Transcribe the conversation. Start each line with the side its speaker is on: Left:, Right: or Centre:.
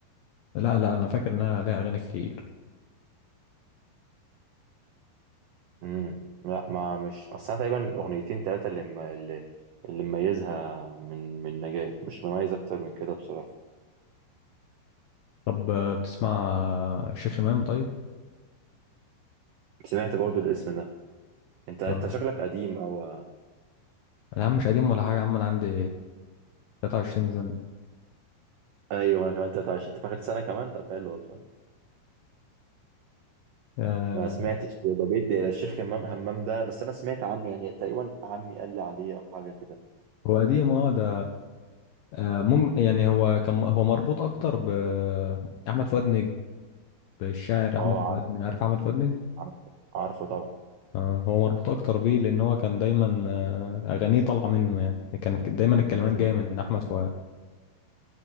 Left: لا لا انا فاكر انها ليها اغاني كتير
Right: امم لا ما مش أصل أنا تقريبا الأغنيتين تلاتة اللي م... اللي اللي مميزها من من نجاة مش مميز أكتر من كده بصراحة
Left: طب آه، بتسمع آه، شيخ امام طيب
Right: سمعت برضو الاسم ده انت انت
Left: اه
Right: شكلك قديم او
Left: انا يا عم مش قديم ولا حاجه يا عم انا عندي 23 سنه
Right: ايوه انا كمان 23 انت في اخر سنه كمان طب حلو والله
Left: آه
Right: ما سمعتش ده بيدي الشيخ همام همام ده بس انا سمعت عنه يعني تقريبا عمي قال لي عليه او حاجه كده
Left: هو قديم اه ده آه مم يعني هو كان هو مربوط اكتر ب احمد فؤاد نجم بالشاعر احمد
Right: اه
Left: فؤاد
Right: عارف
Left: نجم عارف احمد فؤاد نجم
Right: عارف عارفه طبعا
Left: آه هو مربوط اكتر بيه لان هو كان دايما آه اغانيه طالعه منه يعني كان دايما الكلمات
Right: مم.
Left: جايه من احمد فؤاد